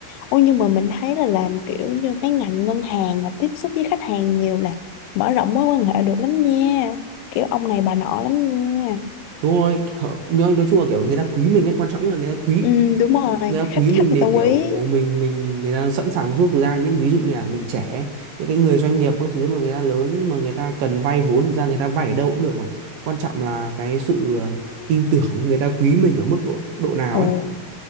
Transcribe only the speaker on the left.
Ôi nhưng mà mình thấy là làm kiểu như mấy ngành ngân hàng mà tiếp xúc với khách hàng nhiều là mở rộng mối quan hệ được lắm nha kiểu ông này bà nọ lắm nha
ừ đúng rồi
khách
khách người
ta
quý
ồ